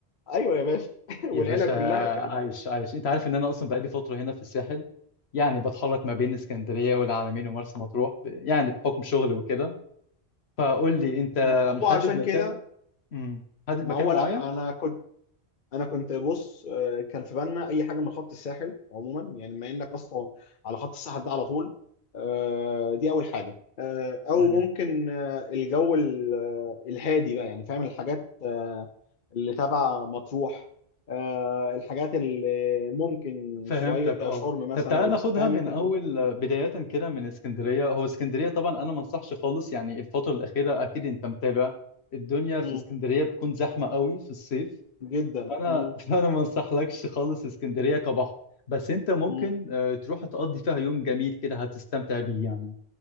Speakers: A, on the left; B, on the left.
A: ايوه يا باشا <laughs>
B: يا
A: والعيله
B: باشا
A: كلها يعني
B: عايش عايش انت عارف ان انا اصلا بقالي فتره هنا في الساحل يعني بتحرك ما بين اسكندريه والعلمين ومرسى مطروح ب- يعني بحكم شغلي وكده فقول لي انت
A: ما هو
B: محدد
A: عشان
B: مكان
A: كده
B: امم محدد
A: ما
B: مكان
A: هو
B: معين
A: لا انا كنت انا كنت بص آه، كان في بالنا اي حاجه من خط الساحل عموما يعني بما انك اصلا على خط الساحل ده على طول آه، دي اول حاجه آه، او
B: تمام
A: ممكن آه، الجو ال- آه، الهادي بقى يعني فاهم الحاجات آه، اللي تبع مطروح آه، الحاجات اللي ممكن
B: فهمتك
A: شويه
B: اه
A: شرم مثلا
B: طب تعالى
A: ولا
B: ناخدها
A: حاجة. فاهم
B: من
A: انت
B: اول
A: الفكره
B: بداية كده من اسكندرية هو اسكندرية طبعا انا ما انصحش خالص يعني الفترة الأخيرة اكيد انت متابع الدنيا
A: مم،
B: في اسكندرية بتكون زحمة قوي في الصيف
A: جدا
B: فانا
A: مم،
B: <laughs> فانا ما انصحلكش خالص اسكندرية كبحر بس انت ممكن
A: مم،
B: آه، تروح تقضي فيها يوم جميل كده هتستمتع بيه يعني